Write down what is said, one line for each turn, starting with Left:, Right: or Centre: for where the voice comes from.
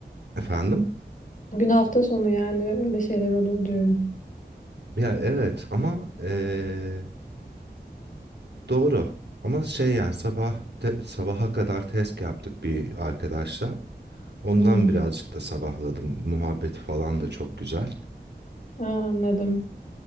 Right: efendim?
Left: Bugün hafta sonu yani öyle şeyler olur diyorum.
Right: Ya evet ama ee, doğru. Ama şey yani sabah te- sabaha kadar test yaptık bir arkadaşla. Ondan
Left: Hmm.
Right: birazcık da sabahladım. Muhabbeti falan da çok güzel.
Left: Aa, anladım.